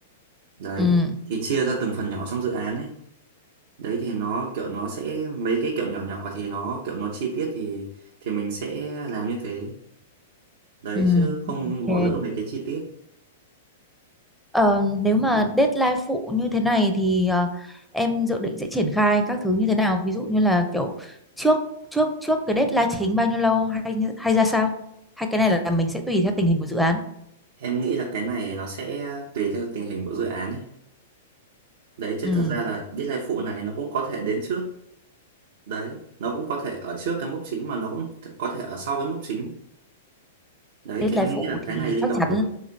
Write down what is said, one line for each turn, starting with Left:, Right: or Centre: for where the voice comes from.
Right: Đấy,
Centre: Ừ,
Right: thì chia ra từng phần nhỏ trong dự án ấy đấy thì nó kiểu nó sẽ mấy cái kiểu nhỏ nhỏ thì nó kiểu nó chi tiết thì thì mình sẽ làm như thế đấy
Centre: ừ,
Right: chứ không
Centre: ok.
Right: bỏ lỡ mấy cái chi tiết
Centre: Ờ, nếu mà
Right: đấy
Centre: deadline phụ như thế này thì ờ, em dự định sẽ triển khai các thứ như thế nào? Ví dụ như là kiểu trước trước trước cái deadline chính bao nhiêu lâu hay như- hay ra sao? Hay cái này là mình sẽ tùy theo tình hình của dự án.
Right: em nghĩ là cái này nó sẽ tùy theo tình hình của dự án ấy đấy chứ
Centre: Ừ,
Right: thật ra là deadline phụ này nó cũng có thể đến trước đấy nó cũng có thể ở trước cái mốc chính mà nó cũng th- có thể ở sau cái mốc chính đấy
Centre: deadline
Right: thì em nghĩ
Centre: phụ
Right: là cái
Centre: thì
Right: này linh
Centre: chắc
Right: động
Centre: chắn
Right: được